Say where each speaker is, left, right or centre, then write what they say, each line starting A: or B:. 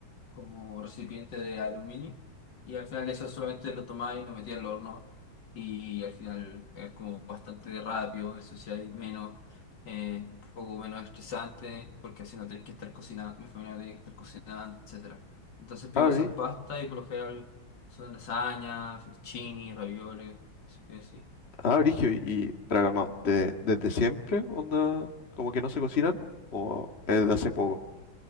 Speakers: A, on the left; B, on the left.
A: como recipiente de aluminio y al final eso solamente lo tomás y lo metías al horno y al final es como bastante rápido, eso sí hay menos, eh, un poco menos estresante porque así no tenés que estar cocinando, mi familia no tiene que estar cocinando, etcétera. Entonces pedimos
B: Ah, brí-
A: esas pastas y por lo general son lasaña, fettuccini, ravioles, así que sí.
B: ah, brigio,
A: sí.
B: y, y pero calmado, ¿de- ¿desde siempre onda como que no se cocinan o es de hace poco?